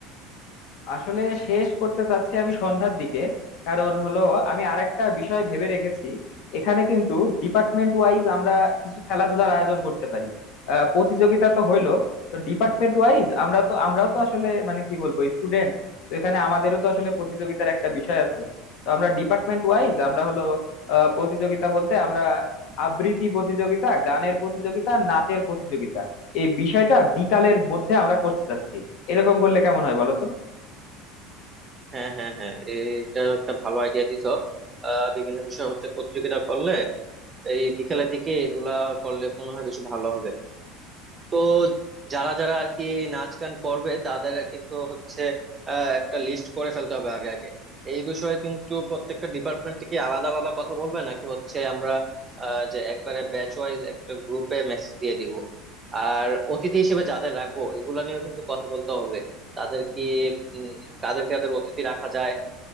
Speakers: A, on the left; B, on the right.
A: আসলে শেষ করতে চাচ্ছি আমি সন্ধ্যার দিকে কারণ হলো আমি আরেকটা বিষয় ভেবে রেখেছি এখানে কিন্তু ডিপার্টমেন্ট ওয়াইজ আমরা কিছু খেলাধুলার আয়োজন করতে পারি আহ, প্রতিযোগিতা তো হইলো তো ডিপার্টমেন্ট ওয়াইজ আমরা তো আমরাও তো আসলে মানে কি বলবো স্টুডেন্ট তো এখানে আমাদেরও তো আসলে প্রতিযোগিতার একটা বিষয় আছে তো আমরা ডিপার্টমেন্ট ওয়াইজ আমরা হলো আহ, প্রতিযোগিতা বলতে আমরা আবৃত্তি প্রতিযোগিতা গানের প্রতিযোগিতা নাচের প্রতিযোগিতা এই বিষয়টা বিকালের মধ্যে আমরা করতে চাচ্ছি এরকম করলে কেমন হয় বলো তো
B: হ্যাঁ হ্যাঁ হ্যাঁ এইটা একটা ভালো আইডিয়া দিছো আহ বিভিন্ন বিষয় হচ্ছে প্রতিযোগিতা করলে এই বিকেলের দিকে এগুলা করলে মনে হয় বেশি ভালো হবে তো যারা যারা আর কি নাচ গান করবে তাদের কিন্তু হচ্ছে আহ, একটা লিস্ট করে ফেলতে হবে আগে আগে এই বিষয়ে কিন্তু প্রত্যেকটা ডিপার্টমেন্ট কি আলাদা আলাদা কথা বলবে নাকি হচ্ছে আমরা আহ, যে একবারে ব্যাচ ওয়াইজ একটা গ্রুপে মেসেজ দিয়ে দিব আর অতিথি হিসেবে যাদের রাখবো এগুলা নিয়েও কিন্তু কথা বলতে হবে তাদের কি উম, কাদের কাদের অতিথি রাখা যায়